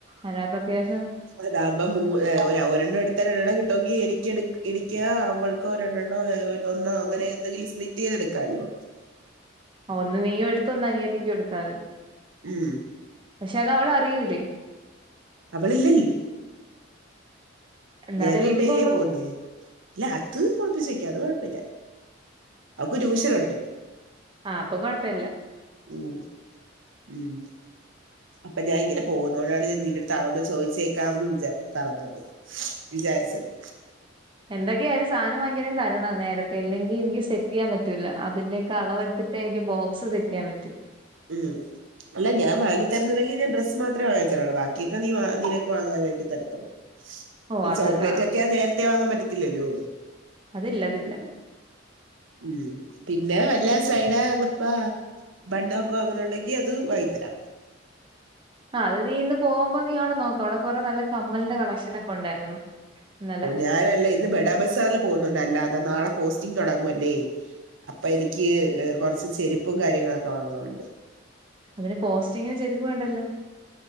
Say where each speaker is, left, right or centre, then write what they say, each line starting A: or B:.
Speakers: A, on the right; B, on the right.
A: ഒരാക്ക് അത്യാവശ്യം
B: അതാവുമ്പം മു ഏ ഒരെണ്ണം എടുത്ത രണ്ടെണ്ണം കിട്ടുമെങ്കി എനിക്ക് എടുക്ക് എനിക്ക്യാ അവൾ ക്കോ രണ്ടെണ്ണോ എ ഒന്നോ അങ്ങനെ എന്തെങ്കിലും സ്പ്ളിറ്റ് ചെയ്തെടുക്കാല്ലോ.
A: ഒന്ന് നീയും എടുത്തൊ ഒന്ന് അനിയത്തിക്കും എടുത്താതി.
B: ഉം
A: പക്ഷെ അതവളറിയൂല്ലേ.
B: അവളില്ലല്ലോ.
A: എന്നാലും
B: ഞാനും
A: വീട്ടിൽ
B: ഉമ്മി
A: പോകുമ്പം
B: ല്ലേ പോവുന്നേ. ല്ല അത് <unintelligible> അത് കൊഴപ്പല്ല്യ. അവൾക്ക് ട്യൂഷനുണ്ട്.
A: ആഹ് അപ്പ കൊഴപ്പല്ല്യ.
B: ഉം ഉം അപ്പ ഞാൻ ഇങ്ങനെ പോകുന്നോണ്ടാണ് ഞാൻ നിന്റെ അടുത്ത് അതൊന്ന് ചോയ്ച്ചേക്കാമെന്ന് വിചാരി പറഞ്ഞത്. <unintelligible> വിചാരിച്ചത്.
A: എന്തൊക്കെയായാലും സാധനം വാങ്ങിക്കണേ തരണം നേരത്തെ ഇല്ലെങ്കിൽ എനിക്ക് സെറ്റ് ചെയ്യാൻ പറ്റൂല്ല അതിന്റെയൊക്കെ അളവെടുത്തി പ്പൊ എനിക്ക് ബോക്സ് സെറ്റെയ്യാൻ പറ്റും
B: ഉം അല്ല ഞാൻ വാങ്ങി തരുന്നുണ്ടെങ്കിൽ ഞാൻ ഡ്രസ് മാത്രേ വാങ്ങിച്ചുത്തരുള്ളു ബാക്കിയൊക്കെ നീ നിനക്ക് വാങ്ങാനായിട്ട് തരത്തൊള്ളൂ.
A: ഓഹ്
B: ഈ
A: അത്
B: ചോക്ലേറ്റ്
A: ആഹ്
B: ഒക്കെ നേരത്തെ വാങ്ങാൻ പറ്റത്തില്ലല്ലോ
A: അതില്ലതില്ല
B: ഉം പിന്നെ വല്ലൊ സ്ലൈഡോ ക്ലിപ്പോ ബണ്ണൊക്കെ വാങ്ങുന്നുണ്ടെങ്കി അത് വാങ്ങി തരാം
A: ആ അത് നീ ഇന്ന് പോകുമ്പോ നീ അവിടെ നോക്ക് അവിടെ കൊറേ നല്ല കമ്മലിന്റെ കളക്ഷൻ ഒക്കെ ഉണ്ടായിരുന്നു ഇന്നലെ
B: ഞാനല്ലേ ഇന്ന് ബഡാ ബസാറിൽ പോകുന്നുണ്ട് അല്ലാതെ നാളെ പോസ്റ്റിംഗ് തൊടങ്ങുവല്ലേ അപ്പൊ എനിക്ക് കൊറച്ച് ചെരുപ്പും കാര്യങ്ങളൊക്കെ വാങ്ങാനുണ്ട്.
A: അതിന് പോസ്റ്റിങ്ങിന് ചെരുപ്പ് വേണ്ടല്ലോ